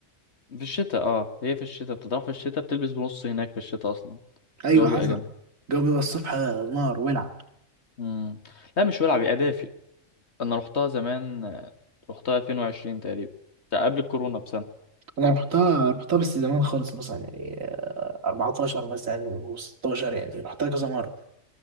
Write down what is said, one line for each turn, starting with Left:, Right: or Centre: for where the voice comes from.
Left: في الشتاء اه هي في الشتاء بتطرح في الشتاء بتلبس بنص هناك في الشتاء اصلا
Right: ايوه
Left: الجو
Right: حصل
Left: بيبقى جامد
Right: الجو بيبقى الصبح نار ولع
Left: مم. لا مش ولع بيبقى دافي انا رحتها زمان آه، رحتها 2020 تقريبا ده قبل الكورونا بسنة
Right: انا رحتها رحتها بس زمان خالص مثلا يعني آه، 14 مثلا و16 يعني رحتها كذا مره